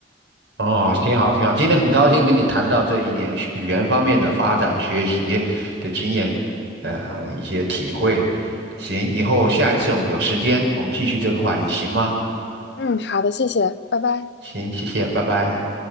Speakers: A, on the right; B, on the left.
A: 哦，挺好，挺好。今天很高兴跟你谈到这一点学语言方面的发展、学习的经验，呃，一些体会。行，以后下一次我们有时间，我们继续这个话题，行吗？
B: 嗯，好的，谢谢，拜拜。
A: 行，谢谢，拜拜。